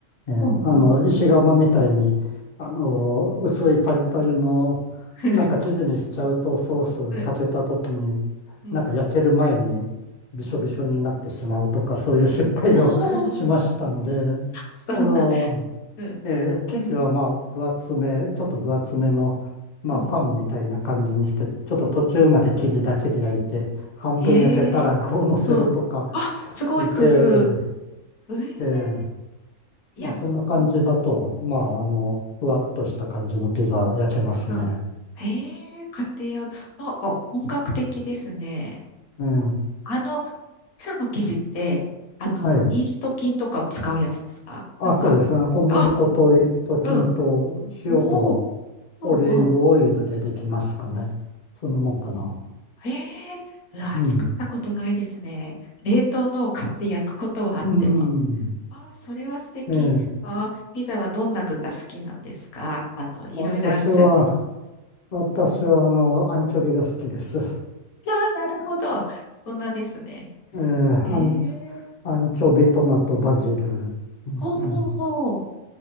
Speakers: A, on the left; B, on the left.
A: えーあの、
B: ほうほう。
A: 石窯みたいに、あの、薄いパリパリの、
B: <laughs>
A: なんか生地にしちゃうとソースかけた時に、
B: うん、うん、
A: なんか焼ける前にびしょびしょになってしまうとか、
B: うん。
A: そういう失敗を
B: おお、
A: <laughs> しましたんで、
B: そんな、
A: あの、
B: うん、
A: えー生地はまあ分厚め、ちょっと分厚めの、まあパンみたいな感じにして、
B: うん。
A: ちょっと途中まで生地だけで焼いて、半分焼けたら具を乗せるとか、
B: へえ、うん。あ、すごい工夫。
A: いえ
B: え
A: ーえー
B: え、いや、
A: まあそんな感じだと、
B: ほん
A: まああの、ふわっとした感じのピザ焼けますね。
B: うん。へえ、家庭用の、なんか本格的ですね。
A: うん。
B: あの、ピザの生地って、あの、
A: はい。
B: イースト菌とかを使うやつですかなんか、
A: あ、そうですね。小麦粉とイースト菌と塩と
B: あ、うん。おお、うん、
A: オリーブオイルでできますかね。
B: うん。
A: そんなもんかな。
B: ええうわ、
A: うん。
B: 作ったことないですね。冷凍のを買って焼くことはあっても。
A: うん。
B: ああ、それは素敵。
A: ええ。
B: ああ、ピザはどんな具が好きなんですかあの、いろいろあるじゃないです
A: 私は、私は、あの、アンチョビが好きです。え
B: か。ああ、なるほど。大人ですね。
A: ー、
B: え
A: アンチ、
B: え
A: アンチョビ、トマト、バジル、うんうんね
B: ほうほうほう。